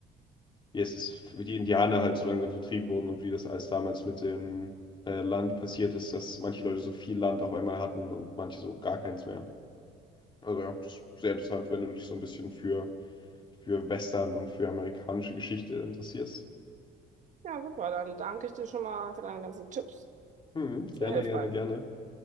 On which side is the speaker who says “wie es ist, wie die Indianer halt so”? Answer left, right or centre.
Left